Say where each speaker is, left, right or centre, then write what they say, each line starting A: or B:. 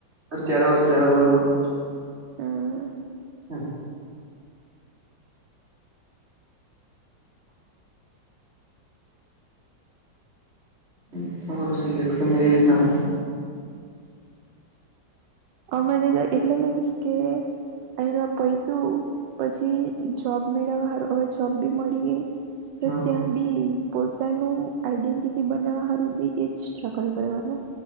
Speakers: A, on the right; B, on the right.
A: સર ચાર વર્ષ વર્લ્ડ કપ
B: હા
A: હા તો તમારું સિલેક્શન ન જ ના
B: અમરે એટલે મીન્સ કે એ પૈતું પછી જોબ મેળવવા હવે જોબ બી મળી ગઈ તો
A: હા
B: ત્યાં બી પોતાનું આઈડેન્ટિટી બનાવારું બી એ જ સ્ટ્રગલ કરવાનું